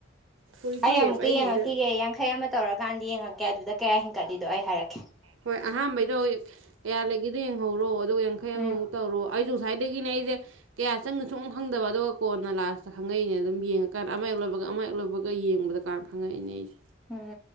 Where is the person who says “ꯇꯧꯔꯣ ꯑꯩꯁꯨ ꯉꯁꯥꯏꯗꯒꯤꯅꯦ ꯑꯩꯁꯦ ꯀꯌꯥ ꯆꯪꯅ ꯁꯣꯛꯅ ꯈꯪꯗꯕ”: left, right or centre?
Right